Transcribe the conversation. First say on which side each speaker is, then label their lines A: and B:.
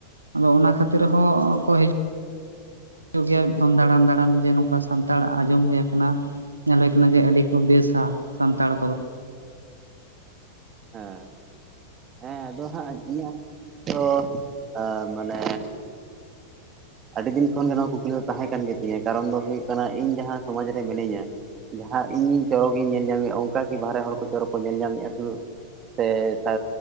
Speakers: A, on the right (about 80°); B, on the right (about 25°).
A: ᱟᱫᱚ ᱚᱱᱟ ᱠᱷᱟᱹᱛᱤᱨ ᱦᱚᱸ ᱠᱚ, ᱦᱤᱡᱩᱜ ᱦᱤᱡᱩᱜ ᱜᱮᱭᱟ ᱵᱚᱱ ᱫᱟᱬᱟᱱ ᱫᱟᱬᱟᱱ, ᱡᱮ, ᱱᱚᱝᱠᱟ ᱥᱟᱱᱛᱟᱲ ᱟᱸᱡᱚᱢ ᱦᱩᱭ ᱟᱠᱟᱱᱟ ᱾ ᱧᱮᱞ ᱦᱩᱭ ᱟᱠᱟᱱᱟ ᱾ ᱡᱮ, ᱟᱹᱰᱤ ᱠᱚ ᱵᱮᱥᱟ ᱥᱟᱱᱛᱟᱲ ᱠᱚᱫᱚ,
B: ᱦᱮᱸᱻ ᱾ ᱦᱮᱸ ᱟᱫᱚ ᱦᱟᱸᱜ, ᱤᱭᱟᱸ, ᱫᱚ, ᱟᱻ ᱢᱟᱱᱮ ᱟᱹᱰᱤ ᱫᱤᱱ ᱠᱷᱚᱱ ᱜᱮ, ᱱᱚᱣᱟ ᱠᱩᱠᱞᱤ ᱫᱚ, ᱛᱟᱦᱮᱸ ᱠᱟᱱ ᱜᱮ, ᱛᱤᱧᱟ ᱾ ᱠᱟᱨᱚᱱ ᱫᱚ, ᱦᱩᱭᱩᱜ ᱠᱟᱱᱟ ᱾ ᱤᱧ ᱡᱟᱦᱟᱸ ᱥᱚᱢᱟᱡᱽ ᱨᱮ, ᱢᱤᱱᱟᱹᱧᱟ ᱡᱟᱦᱟᱸ ᱤᱧ ᱪᱚᱨᱚᱠᱤᱧ ᱧᱮᱞ ᱧᱟᱢᱮᱫᱼᱟ ᱾ ᱚᱱᱠᱟ ᱜᱮ ᱵᱟᱦᱨᱮ ᱦᱚᱲ ᱠᱚ, ᱪᱚᱨᱚᱠ ᱠᱚ ᱧᱮᱞ ᱧᱟᱢᱮᱫᱼᱟ, ᱥᱩᱫᱷᱩ ᱾ ᱥᱮ ᱥᱟᱻ